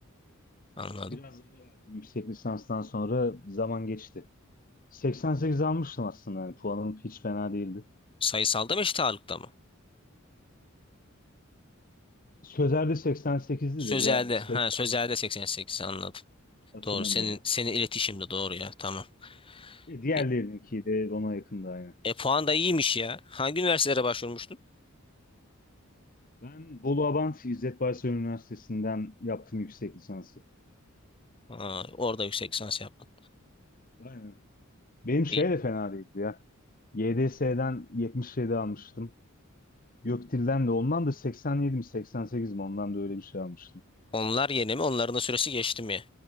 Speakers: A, on the left; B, on the left.
A: Anladım.
B: Biraz ara verdim yüksek lisanstan sonra zaman geçti. 88 almıştım aslında. Yani puanım hiç fena değildi.
A: Sayısalda mı eşit ağırlıkta mı?
B: Sözer'de 88'di
A: Sözelde.
B: dedi. Yani 80
A: Ha sözelde 88 anladım.
B: hatırlamıyorum.
A: Doğru. Senin senin iletişimde doğru ya. Tamam.
B: E, Diğerlerinki
A: E,
B: de ona yakındı aynı.
A: e, puan da iyiymiş ya. Hangi üniversitelere başvurmuştun?
B: Ben Bolu Abant İzzet Baysal Üniversitesi'nden yaptım yüksek lisansı.
A: Ha, orada yüksek lisans yaptın.
B: Aynen. Benim şey
A: E,
B: de fena değildi ya. YDS'den 77 almıştım. YÖKDİL'den de ondan da 87 mi 88 mi ondan da öyle bir şey almıştım.
A: onlar yeni mi? Onların da süresi geçti mi?